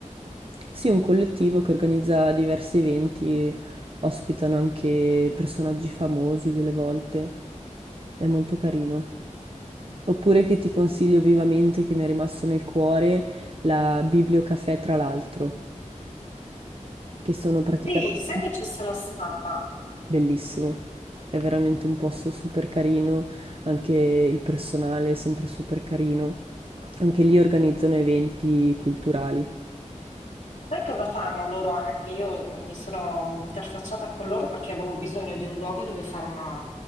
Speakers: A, on the right; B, on the left.
A: sì, un collettivo che organizza diversi eventi, ospitano anche personaggi famosi delle volte, è molto carino. Oppure che ti consiglio vivamente, che mi è rimasto nel cuore, la Bibliocafè tra l'altro, che sono praticamente...
B: Sì, sai che ci sono stata?
A: Bellissimo. È veramente un posto super carino, anche il personale è sempre super carino. Anche lì organizzano eventi culturali,
B: Poi cosa fanno loro anche? Io mi mi sono interfacciata con loro perché avevo bisogno di un luogo dove fare una,